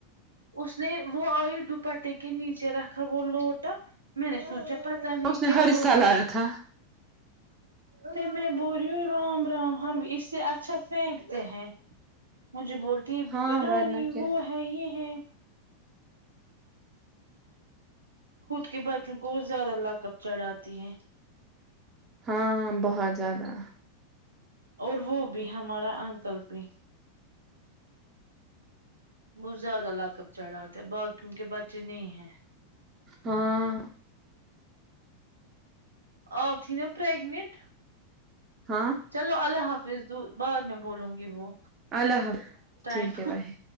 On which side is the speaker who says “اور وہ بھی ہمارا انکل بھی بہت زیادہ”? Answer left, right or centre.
Right